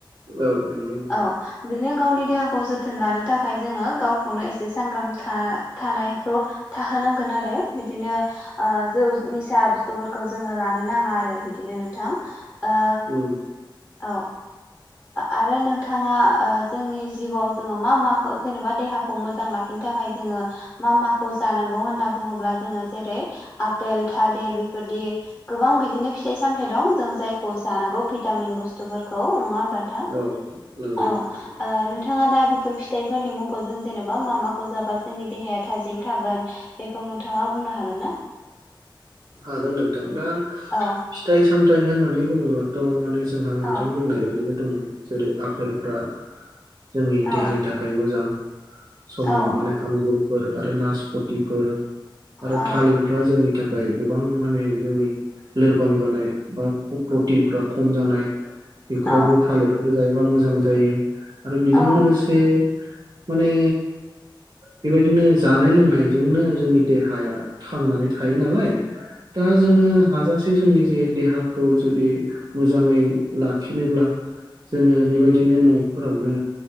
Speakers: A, on the right; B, on the left.
A: औ नंगौ नोंथां
B: औ बिदिनो गावनि देहाखौ जोथोन लानो था खाय जोङो गावखौनो एसे सांग्रां था थानायखौ थाहोनांगोन आरो बिदिनो ओ जौ निसा बुस्थुफोरखौ जोङो लानो नाङा आरो बिदिनो नोंथां ओ
A: उम
B: औ ओ आरो नोंथाङा ओ जोंनि जिउआव जोङो मा माखौ जेनेबा देहाखौ मोजां लाखिनो थाखाय जोङो मा माखौ जानांगौ होनना बुङोब्ला जोङो जेरै आफेल थालिर बेफोरदि गोबां बिदिनो फिथाइ सामथाइ दं जों जायखौ जानांगौ भिटामिन बुस्थुफोरखौ नङा होमबा नोंथां
A: औ नंगौ
B: औ ओ
A: नोंथां
B: नो नोंथाङा दा बेफोर फिथाइफोरनि मुंखौ जों जेनेबा मा माखौ जाबा जोंनि देहाया थाजिम थागोन बेखौ थाङा बुंनो हागोन ना?
A: हागोन नोंथां दा
B: औ
A: फिथाइ -सामथायाइ होननानै बुङोब्लाथ' माने जो जोंहा नोंथां
B: औ
A: बुंनाय बायदिनो दङ जेरै आफेलफ्रा जोंनि
B: औ
A: देहानि थाखाय मोजां समाव
B: औ
A: माने आंगुरफोर आरो नासपतफोर आरो
B: औ
A: थालिरफ्रा जोंनि थाखाय गोबां माने जोंनि लोरबां जानाय बा प्रटिनफ्रा खम जानाय बेफोरावबो
B: औ
A: थालिरफोर जायोबा मोजां जायो। आरो बेजों
B: औ
A: लोगोसे माने बेबायदिनो जानाय लोंनायजोंनो जोंनि देहाया थांनानै थायो नालाय दा जोङो हाजासे जोंनि जे देहाखौ जुदि मोजाङै लाखिनोब्ला जोङो बेबायदिनो न'फोरावनो